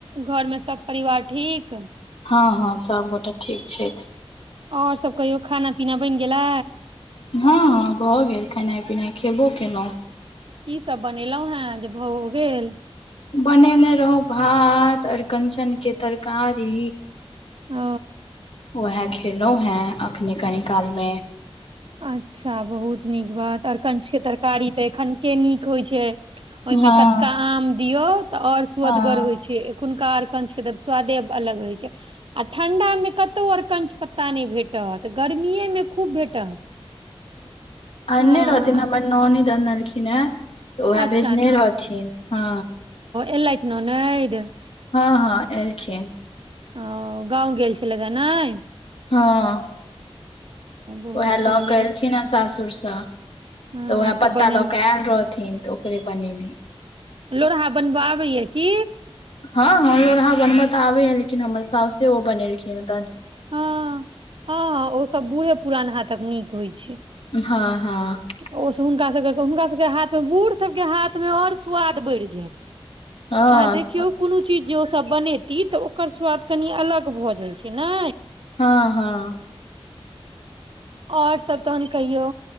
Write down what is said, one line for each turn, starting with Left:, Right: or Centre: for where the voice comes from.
Right: घर मे सब परिवार ठीक
Left: हँ हँ सबगोटा ठीक छथि
Right: आओर सभ कहियो खाना पीना बनि गेलै
Left: हँ हँ भऽ गेल खेनाइ पिनाइ खेबो केलौं
Right: की सब बनेलहुं हें जे भऽ ओ गेल
Left: बनेने रहो भात अड़िकञ्चनके तरकारी
Right: ह
Left: वैह खेलौं हें अखने कनि काल मे
Right: अच्छा बहुत नीक बात आड़िकन्च के तरकारी तऽ एखनके नीक होइ छै ओहिमे
Left: हँ
Right: कच्चका आम दियौ तऽ आओर सुअदगर
Left: हँ
Right: होइ छै हुनका अड़िकन्च के स्वादे अलग रहय छै आ ठंडा मे कतौ अड़िकन्च पत्ता नहि भेटल ह तऽ गरमीए मे खूब भेटत
Left: आनने
Right: हँ
Left: रहथिन हमर ननैद अनलखिन यै तऽ उएह
Right: अच्छा
Left: भेजने रहथिन हँ
Right: एलैथ ननैद
Left: हँ हँ एलखिन
Right: ओ गाँव गेल छलैथ नहि
Left: हँ
Right: बहुत
Left: उएह
Right: सुन्दर
Left: लऽ कऽ एलखिन हे सासुर सँ
Right: हँ
Left: तऽ उएह पत्ता
Right: बने
Left: लऽ कऽ आयल रहथिन तऽ ओकरे बनेलि
Right: लोरहा बनबय आबय यै की
Left: हँ हँ लोरहा बनबय तऽ आबे यै लेकिन हमर साउसे ओ बनेलखिन ह
Right: हँ हँ ओ सब बूढ़े पुरान हाथक नीक होइ छै
Left: हँ हँ
Right: ओसभ हुनका सभके हुनका सभके हाथमे बूढ़ सभके हाथमे आओर स्वाद बढ़ि जायत अहाँ
Left: हँ
Right: देखियौ कोनो चीज जे ओ सब बनेती तऽ ओकर स्वाद कनि अलग भऽ जाइ छै ने
Left: हँ हँ
Right: आओर सब तहन कहियौ